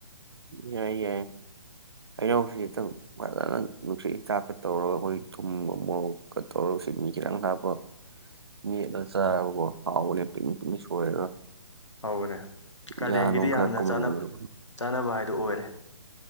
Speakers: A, on the right; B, on the left.
A: ꯌꯥꯏ ꯌꯥꯏ ꯍꯍꯧꯁꯤ ꯈꯤꯇꯪ ꯐꯖꯅ ꯅꯨꯡꯁꯤꯠ ꯍꯤꯗꯥꯛꯀ ꯇꯧꯔꯒ ꯑꯩꯈꯣꯏ ꯊꯨꯝꯕ ꯃꯣꯔꯣꯛꯀ ꯇꯧꯔꯒ ꯁꯤ ꯃꯤ ꯈꯤꯇꯪ ꯂꯞꯄ ꯃꯦꯠꯂ ꯆꯥꯔꯕꯀꯣ ꯍꯥꯎꯔꯦ ꯄꯨꯡ ꯄꯅꯤꯡ ꯁꯣꯏꯔꯒ
B: ꯍꯅꯦ ꯀꯥꯂꯦꯟꯒꯤꯗꯤ
A: ꯌꯥ ꯅꯨꯡ ꯈꯔ
B: ꯌꯥꯝꯅ
A: ꯀꯨꯝꯍꯟꯕꯗꯣ
B: ꯆꯥ ꯇꯅꯋꯥꯥꯏꯗ ꯑꯣꯣꯔꯔꯦ